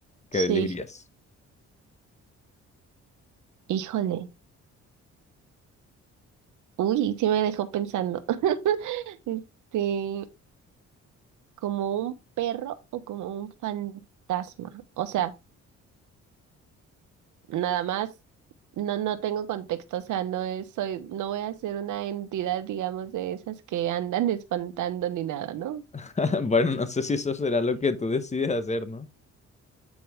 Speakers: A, on the left (about 25°); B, on the right (about 75°).
A: ¿Qué
B: Sí,
A: elegirías?
B: híjole. Uy, sí me dejó pensando. <laughs> Este, como un perro o como un fantasma. O sea, nada más, no, no tengo contexto. O sea, no es, soy, no voy a ser una entidad, digamos, de esas que andan <laughs> espantando ni nada, ¿no?
A: <laughs> Bueno, no sé si eso será lo que tú decides hacer, ¿no?